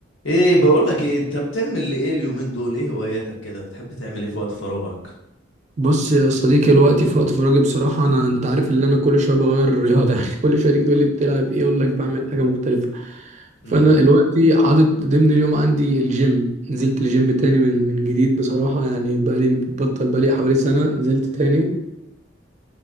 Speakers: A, on the left (about 80°); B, on the right (about 40°).
A: ايه بقول لك ايه انت بتعمل ايه اليومين دول ايه هواياتك كده بتحب تعمل ايه في وقت فراغك
B: بص يا صديقي الوقت في وقت فراغي بصراحة أنا أنت عارف إن أنا كل شوية بغير الرياضة <laughs> يعني كل شوية تيجي تقول لي بتلعب إيه أقول لك بعمل حاجة مختلفة
A: امم
B: فأنا الوقت حاطط ضمن اليوم عندي الجيم نزلت الجيم تاني من من جديد بصراحة يعني بقالي بطل بقالي حوالي سنة نزلت تاني